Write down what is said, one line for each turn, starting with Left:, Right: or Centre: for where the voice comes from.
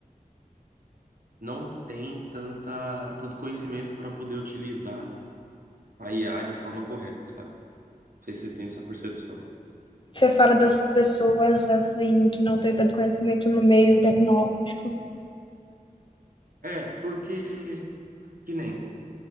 Right: não tem tanta, tanto conhecimento para poder utilizar a IA de forma correta, sabe? Não sei se você tem essa percepção.
Left: Você fala das pessoas assim que não têm tanto conhecimento no meio tecnológico.
Right: É, porque, que nem,